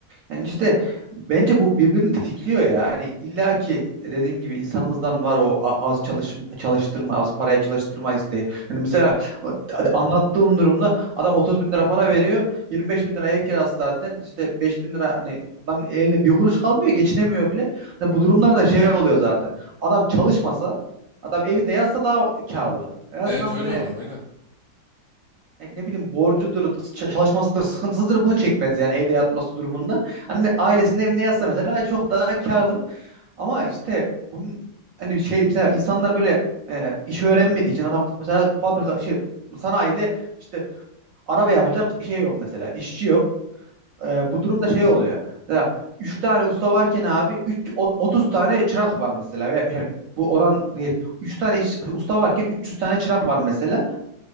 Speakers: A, on the right (about 65°); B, on the left (about 70°).
A: Yani işte bence bu birbirini tetikliyor ya. Yani illa ki dediğin gibi insanımızdan var o a- az çalış çalıştırma, az paraya çalıştırma isteği. Hani mesela o- d- anlattığım durumda adam 30 bin lira para veriyor. 25 bin lira ev kirası zaten. İşte 5 bin lira hani adam eline bir kuruş kalmıyor. Geçinemiyor bile. Hani bu durumlarda şey oluyor zaten. Adam çalışmasa, adam evinde yatsa daha karlı. En azından
B: Evet öyle
A: böyle
B: oluyor aynen.
A: e, ne bileyim borcudur, ç- çalışmasıdır, sıkıntısıdır bunu çekmez yani evde yatması durumunda. Anne ailesinin evinde yatsa mesela çok daha karlı ama işte bunun hani bir şey mesela insanlar böyle e, iş öğrenmediği için adam mesela fabrika şey sanayide işte araba yapacak şey yok mesela işçi yok. E, bu durumda şey oluyor. Mesela 3 tane usta varken abi 3 30 tane çırak var mesela veya yani bu oran değil. üç tane iş- usta varken 300 tane çırak var mesela.